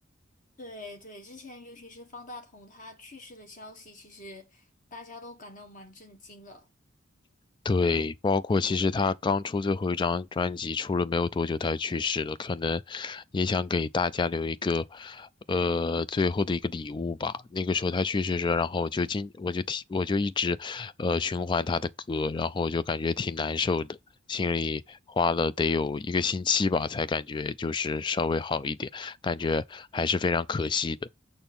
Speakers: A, on the left; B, on the left.
A: 对对，之前尤其是方大同他去世的消息，其实大家都感到蛮震惊的。
B: 对，包括其实他刚出最后一张专辑出了没有多久，他就去世了，可能也想给大家留一个，呃，最后的一个礼物吧。那个时候他去世的时候，然后我就经我就听我就一直，呃，循环他的歌，然后我就感觉挺难受的，心里花了得有一个星期吧，才感觉就是稍微好一点，感觉还是非常可惜的。